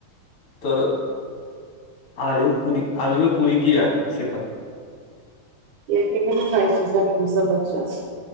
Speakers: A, on the left; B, on the right.
A: त आलू पूरी आलूये पूरी कीया से कहु
B: कियकी नहि खाइ छै सब्जी सभ बच्चासभ।